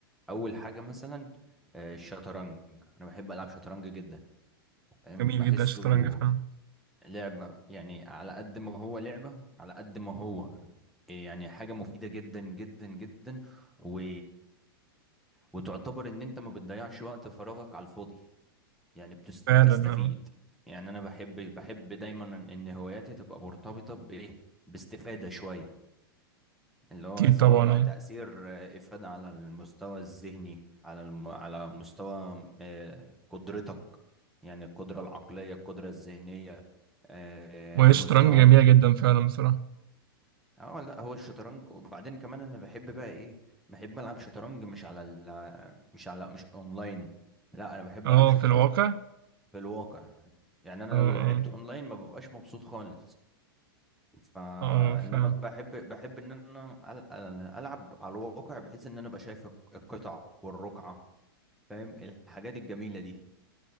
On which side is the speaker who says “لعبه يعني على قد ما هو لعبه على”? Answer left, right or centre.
Centre